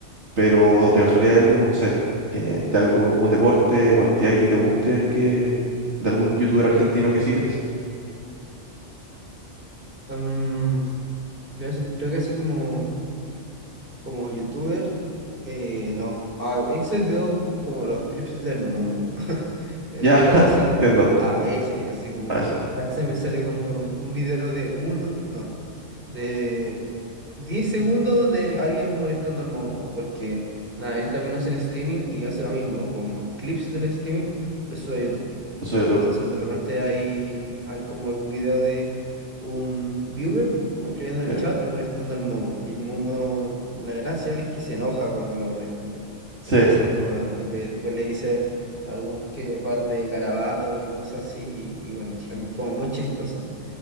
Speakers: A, on the right; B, on the right.
A: pero de casualidad hay algo como, no sé, eh, de algo, algún deporte o actividad que a ti te guste, que, de algún youtuber argentino que sigas.
B: Mm, creo, creo que así como... Como youtuber, eh, no. A veces veo como los clips del Momo. <laughs> Eso,
A: Ya,
B: Pero así
A: <laughs> te
B: como
A: entiendo.
B: a veces, así como.
A: A ver,
B: A veces me sale como un video de un. No. De 10 segundos de alguien molestando al Momo. Porque, nada, él también hace el streaming y hace lo mismo. Como clips del streaming, los sube a YouTube.
A: no soy YouTube.
B: Entonces de repente hay, hay como algún video de un viewer como escribiendo en
A: Sí,
B: el chat y molestando al Momo. Y el Momo, la gracia es que se enoja cuando lo molestan.
A: sí.
B: Entonces, como que después le dice algún que par de garabatos y cosas así, y, y bueno, es como muy chistoso.